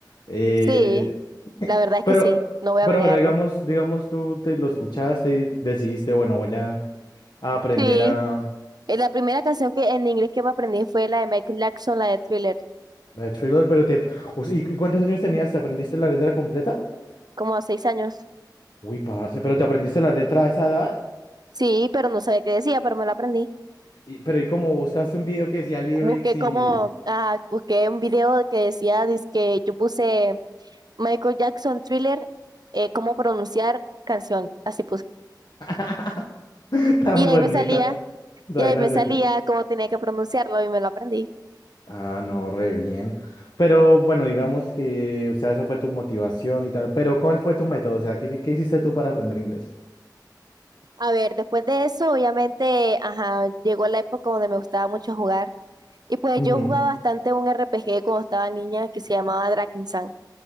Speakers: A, on the left (about 70°); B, on the right (about 65°).
A: Eh,
B: Sí, la verdad es
A: pero,
B: que sí, no voy a
A: pero
B: negarlo.
A: bueno, digamos, digamos tú te lo escuchaste y decidiste, bueno, voy a, a aprender
B: Sí,
A: a
B: eh, la primera canción que en inglés que me aprendí fue la de Michael Jackson, la de Thriller,
A: La de Thriller, pero te... Us- ¿Y y cuántos años tenías? ¿Te aprendiste la letra completa?
B: como a seis años.
A: Uy, parce, ¿pero te aprendiste la letra a esa edad?
B: Sí, pero no sabía qué decía, pero me la aprendí.
A: Y- pero ¿y cómo buscaste un video que decía lyrics
B: Busqué
A: y...
B: como, ah, busqué un video que decía, que yo puse Michael Jackson Thriller, eh, cómo pronunciar canción, así puse.
A: <laughs> Tan
B: Y ahí
A: bonita,
B: me salía
A: tan
B: Y ahí
A: inocente.
B: me salía cómo tenía que pronunciarlo y me lo aprendí.
A: Ah, no, re bien. Pero bueno, digamos que, o sea, esa fue tu motivación y tal. Pero ¿cuál fue tu método? O sea, ¿qué, qué hiciste tú para aprender inglés?
B: A ver, después de eso, obviamente, ajá, llegó la época donde me gustaba mucho jugar. Y pues
A: Ujú,
B: yo jugaba bastante un RPG cuando estaba niña que se llamaba Drakensang.